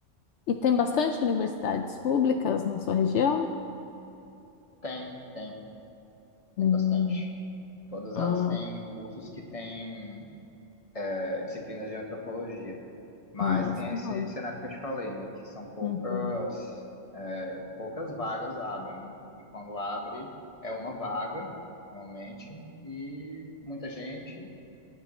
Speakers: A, on the left; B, on the left.
A: E tem bastante
B: pra-
A: universidades públicas na sua região?
B: Tem, tem,
A: Hum.
B: tem bastante. Todas
A: Ah,
B: elas têm cursos que têm é, disciplinas de antropologia, mas
A: ah, isso
B: tem esse
A: é bom.
B: cenário que eu te falei, né, que são poucas
A: Uhum.
B: poucas vagas abrem, né? E quando abre, é uma vaga, realmente, e muita gente,